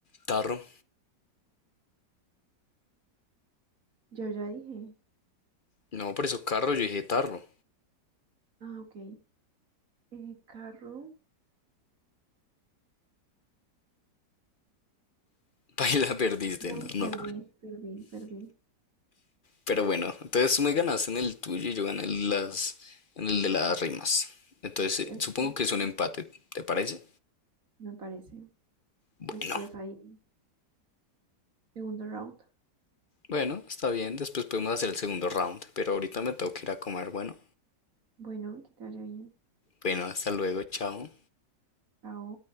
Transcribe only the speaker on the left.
tarro.
No, por eso carro, yo dije tarro.
<laughs> Paila, perdiste,
no, no.
Pero bueno, entonces tú me ganaste en el tuyo y yo gané en las, en el de las rimas. Entonces,
eh, supongo
que es un empate, ¿te parece?
Bueno,
bueno, está bien, después podemos hacer el segundo round, pero ahorita me tengo que ir a comer, bueno.
Bueno, hasta luego, chao.